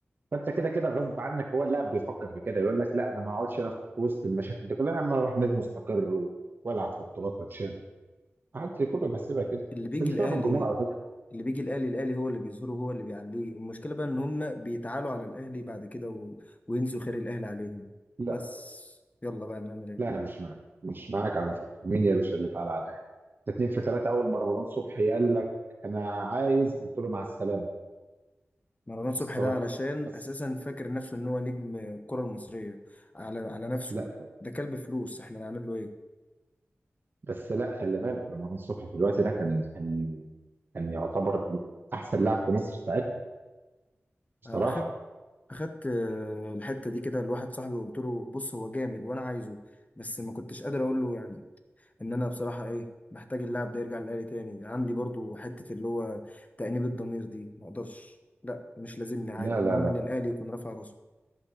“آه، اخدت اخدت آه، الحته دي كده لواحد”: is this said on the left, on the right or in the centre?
Left